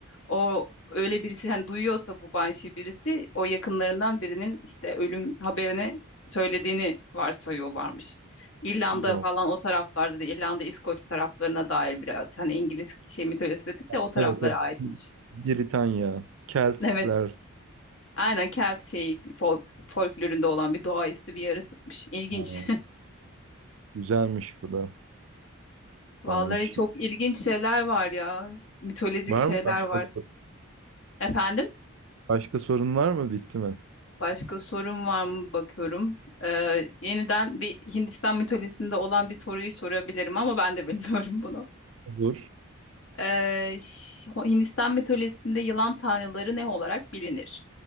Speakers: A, on the left; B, on the right.
A: o öyle birisi hani duyuyorsa bu banshee birisi o yakınlarından birinin işte ölüm haberini söylediğini varsayıyorlarmış. İrlanda
B: Bu.
A: falan o taraflarda da İrlanda İskoç taraflarına dair biraz hani İngiliz şey mitolojisi dedik de
B: Evet,
A: o taraflara
B: evet.
A: aitmiş.
B: Britanya. Keltler.
A: Evet. Aynen Kelt şeyi folk, folklorunda olan bir doğaüstü bir yaratıkmış. İlginç.
B: Ha, güzelmiş bu da.
A: <laughs> Vallahi
B: Varmış.
A: çok ilginç şeyler var ya. Mitolojik
B: Var
A: şeyler
B: mı başka
A: var.
B: sorun?
A: Efendim?
B: Başka sorun var mı? Bitti mi?
A: Başka sorum var mı bakıyorum. Ee, yeniden bir Hindistan mitolojisinde olan bir soruyu sorabilirim ama ben de <laughs> bilmiyorum bunu.
B: Olur.
A: Ee, ş- Hindistan mitolojisinde yılan tanrıları ne olarak bilinir?